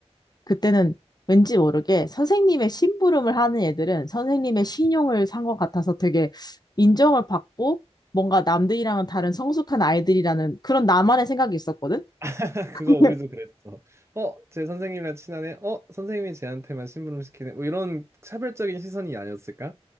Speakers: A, on the left; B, on the right.
A: 그때는 왠지 모르게 선생님의 심부름을 하는 애들은 선생님의 신용을 산 것 같아서 되게 인정을 받고 뭔가 남들이랑은 다른 성숙한 아이들이라는 그런 나만의 생각이 있었거든?
B: <laughs>
A: <laughs>
B: 그거 우리도 그랬어. 어, 제 선생님이랑 친하네. 어, 선생님이 쟤한테만 심부름 시키네. 뭐 이런 차별적인 시선이 아니었을까?